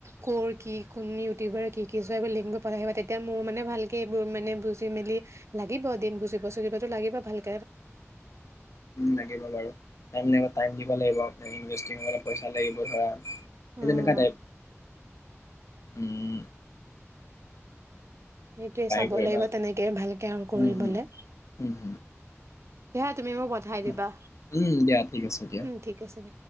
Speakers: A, on the right; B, on the left.
A: কৰ কি কোন ইউটিউবাৰে কি কি কৰে লিংক দিব পাৰে তেতিয়া মোৰ ভালকৈ বুজি মেলি লাগিব দিন বুজিব চলিবটো লাগিব ভালকৈ।
B: লাগিব বাৰু টাইম দিব লাগিব। অলপ পইচা লাগিব ধৰা। কেনেকা
A: উম।
B: টাইপ হমম।
A: সেইটো চাব
B: কৰিবা
A: লাগিব ভালকৈ আৰ্ণ কৰিবলে।
B: উম, উম, উম,
A: <inaudible> তুমি মোক পঠাই
B: উম,
A: দিবা
B: উম, দিয়া ঠিক আছে দিয়া।
A: উম ঠিক আছে।